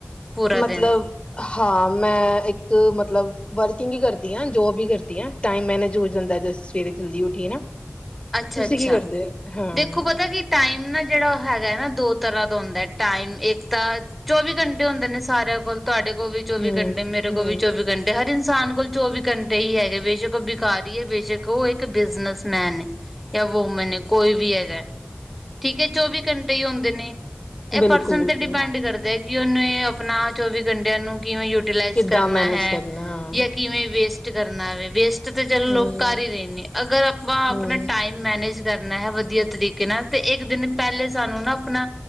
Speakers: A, in the centre; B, on the left.
A: ਪੂਰਾ
B: ਮਤਲਬ
A: ਦਿਨ
B: ਹਾਂ। ਮੈਂ ਇੱਕ ਮਤਲਬ ਵਰਕਿੰਗ ਹੀ ਕਰਦੀ ਹਾ ਜੋਬ ਵੀ ਕਰਦੀ ਹਾ ਟਾਈਮ ਮੈਨੇਜ ਹੋ ਜਾਂਦਾ ਜੇ ਸਵੇਰੇ ਜਲਦੀ ਉੱਠੀਏ ਨਾ।
A: ਅੱਛਾ-
B: ਤੁਸੀਂ
A: ਅੱਛਾ,
B: ਕੀ ਕਰਦੇ ਹੋ? ਹਾਂ
A: ਦੇਖੋ ਪਤਾ ਕੀ। ਟਾਈਮ ਨਾ ਜਿਹੜਾ ਉਹ ਹੈਗਾ ਹੈ ਨਾ ਦੋ ਤਰ੍ਹਾਂ ਦਾ ਹੁੰਦਾ ਟਾਈਮ ਇੱਕ ਤਾਂ। ਚੌਵੀ ਘੰਟੇ ਹੁੰਦੇ ਨੇ ਸਾਰਿਆਂ ਕੋਲ ਤੁਹਾਡੇ ਕੋਲ ਵੀ ਚੌਵੀ
B: ਹਮ
A: ਘੰਟੇ ਮੇਰੇ
B: ਹਮ
A: ਕੋਲ ਵੀ ਚੌਵੀ ਘੰਟੇ ਹਰ ਇਨਸਾਨ ਕੋਲ ਚੌਵੀ ਘੰਟੇ ਹੀ ਹੈਗੇ ਬੇਸ਼ੱਕ ਬਿਕਾਰੀ ਹੈ ਬੇਸ਼ੱਕ ਉਹ ਇੱਕ ਬਿਜਨਸਮੈਨ ਯ ਵੋ ਮੈਨ ਕੋਈ ਵੀ ਹੈ। ਠੀਕ ਚੌਵੀ ਘੰਟੇ ਹੀ ਹੁੰਦੇ ਨੇ ਇਹ
B: ਬਿਲਕੁਲ
A: ਪਰਸਨ
B: ਬਿਲਕੁਲ
A: ਤੇ ਡਿਪੈਂਡ ਕਰਦੇ। ਕਿ ਉਹਨੇ ਆਪਣਾ ਚੌਵੀ ਘੰਟਿਆਂ ਨੂੰ ਕਿਵੇਂ ਯੂਟੀਲਾਈਜ਼
B: ਕਿੱਦਾਂ
A: ਕਰਨਾ
B: ਮੈਨੇਜ
A: ਹੈ।
B: ਕਰਨਾ ਹਾਂ
A: ਜਾਂ ਕਿਵੇਂ ਵੇਸਟ। ਕਰਨਾ ਵੇ ਵੇਸਟ ਤੇ ਚੱਲ
B: ਹਮ
A: ਲੋਕ ਕਰ ਹੀ ਰਹੇ ਨੇ ਅਗਰ ਆਪਾਂ ਆਪਣਾ
B: ਹਮ
A: ਮੈਨੇਜ ਕਰਨਾ ਹੈ ਵਧੀਆ ਤਰੀਕੇ ਨਾਲ ਤੇ ਇੱਕ ਦਿਨ ਪਹਿਲੇ ਸਾਨੂੰ ਨਾ ਆਪਣਾ